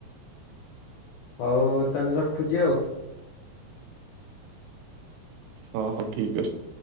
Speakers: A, on the left; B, on the right.
A: ହଉ ତାହେଲେ ରଖୁଛି ଆଉ।
B: ହ ହଉ ଠିକ ଅଛି।